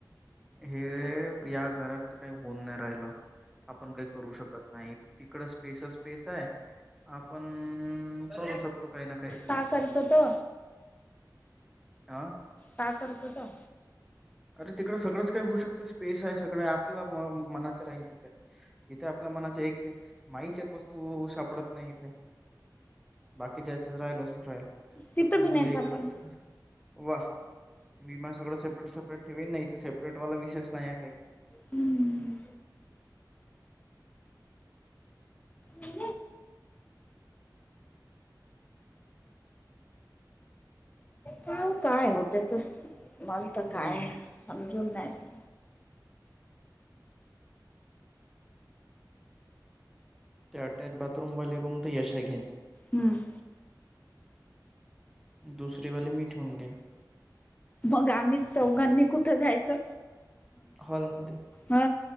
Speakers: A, in the centre; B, on the left.
A: हे या घरात काही होऊन नाही राहिलं आपण काही करू शकत नाहीत तिकड स्पेस स्पेस आहे आपण करू शकतो तो काही ना काही
B: का करतो तो
A: हा
B: का करतो का
A: अरे तिकड सगळंच काही होऊ शकतं स्पेस आहे सगळं आपल्या मनाच राहीन त इथे आपल्या मनाच एक जे माहीच एक वस्तू सापडत नाही इथे बाकीच्याच राहिल फल
B: तिथं
A: तर कुगल
B: बी नाहीस
A: इकड
B: आपण
A: तर वा विमा सगळं सेपरेट सेपरेट ठेवेन नाही तर सेपरेट वाला विशेष नाही आहे काही
B: हम्म े का काय होते त मला तर
A: हम्म
B: काय समजून नाही रहिला
A: ते अटॅच बाथरूम वाले रूम तर यशा घेइन
B: हम्म
A: दुसरी वली मी ठेऊन घेइन
B: मग आम्ही चौघांनी कुठं जायचं
A: हॉल मध्ये
B: हा